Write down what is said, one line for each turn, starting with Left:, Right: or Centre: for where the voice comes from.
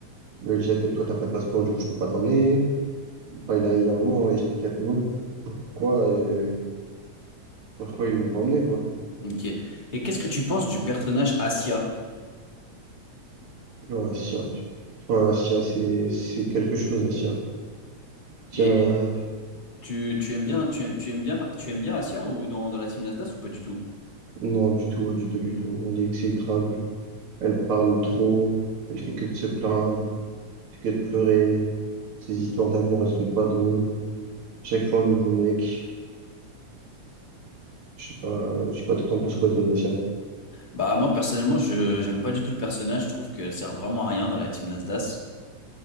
Right: Il a dit à toi, t'as pas de passeport, du coup, je peux pas t'emmener. Enfin, il a, il a vraiment expliqué à tout le monde pourquoi, euh, pourquoi ils l'ont pas emmené, quoi.
Left: Ok. Et qu'est-ce que tu penses du personnage Asia?
Right: Non, Asia, pu- enfin, Asia, c'est, c'est quelque chose, Asia. Asia,
Left: Et tu, tu aimes bien, tu, tu aimes bien, tu aimes bien Asia ou dans, dans la team Nasdaq ou pas du tout?
Right: non, du tout, du tout, du tout. Elle est exécrable. Elle parle trop. Elle fait que de se plaindre. Elle fait que de pleurer. Ses histoires d'amour, elles sont pas drôles. Chaque fois, un nouveau mec. Je sais pas, euh, je sais pas, toi, t'en penses quoi, toi, d'Asia?
Left: Bah moi personnellement je j'aime pas du tout le personnage, je trouve qu'elle sert vraiment à rien dans la team Nasdaq.